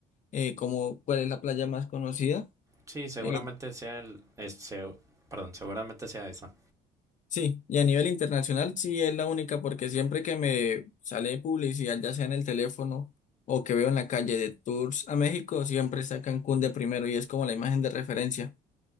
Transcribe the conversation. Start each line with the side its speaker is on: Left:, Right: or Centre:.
Left: eh, como cuál es la playa más conocida.
Right: Sí, seguramente
Left: Eh,
Right: sea el, es- se- perdón, seguramente sea esa.
Left: sí, y a nivel internacional sí es la única porque siempre que me sale publicidad, ya sea en el teléfono o que veo en la calle de tours a México, siempre está Cancún de primero y es como la imagen de referencia.